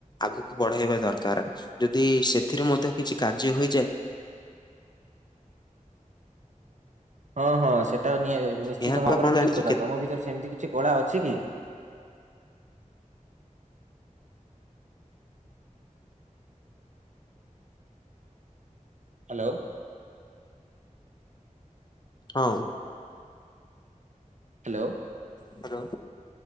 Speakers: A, on the left; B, on the right.
A: ଆଗକୁ ବଢେଇବା ଦରକାର। ଯଦି, ସେଥିରେ ମଧ୍ୟ କିଛି କାର୍ଯ୍ୟ ହୋଇଯାଏ।
B: ହଁ ହଁ, ସେଟା ନିହା ନିଶ୍ଚିତ
A: ଏହା କ
B: ଭାବରେ
A: କଣ ଜାଣିଛି
B: ଠିକ୍ କଥା।
A: କେ
B: ତମ ଭିତରେ ସେମିତି କିଛି କଳା ଅଛି କି? ହ୍ୟାଲୋ!
A: ହଁ।
B: ହ୍ୟାଲୋ!
A: ହ୍ୟାଲୋ!